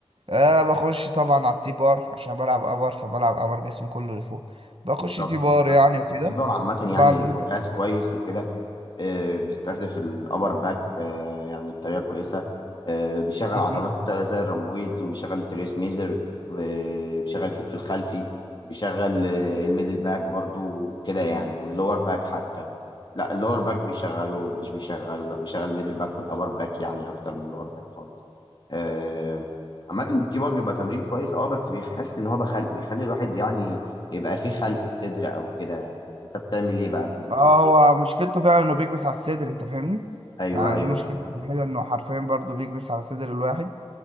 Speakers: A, on the right; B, on the left.
A: آه بخش طبعا على التي بار عشان بلعب ابر فبلعب ابر جسمي كله لفوق بخش
B: بالظبط
A: تي بار
B: بالظبط
A: يعني وكده
B: التيك باور عامة
A: برضه
B: يعني هو جهاز كويس وكده آه، بيستهدف الأبر باك آه، يعني بطريقة كويسة آه، بيشغل عضلات
A: مم.
B: زي الرامبويدز وبيشغل التريس ميزر وبيشغل الكتف الخلفي بيشغل آه، الميدل باك برضو كده يعني واللور باك حتى لا اللور باك بيشغله مش بيشغله لا بيشغل الميدل باك والأبر باك يعني أكتر من اللور باك خالص آه، عامة التي بار بيبقى تمرين كويس اه بس بيحس ان هو بخل... بيخلي الواحد يعني يبقى في خلق صدر او كده انت بتعمل ايه بقى م-
A: اه هو مشكلته فعلا انه بيكبس على الصدر انت فاهمني
B: ايوه
A: يعني
B: ايوه
A: دي مشكلته
B: أيوه.
A: كده انه حرفيا برضه بيكبس على صدر الواحد